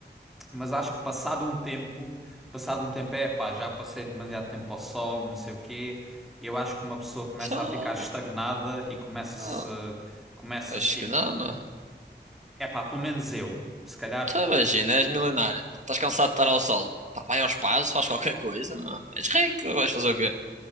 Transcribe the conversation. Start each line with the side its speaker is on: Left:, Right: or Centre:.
Centre: mas acho que passado um tempo, passado um tempo, é pá, já passei demasiado tempo ao sol, não sei o quê. Eu acho que uma pessoa começa
Right: Só,
Centre: a ficar estagnada e começa-se,
Right: não,
Centre: começa-se
Right: acho
Centre: tipo,
Right: que não, meu.
Centre: é pá, pelo menos eu. Se calhar
Right: Tu imagina, és milionário. pô, Estás cansado de estar ao sol. Pá, vai ao espaço, faz qualquer coisa, meu. És rico, vais fazer o quê?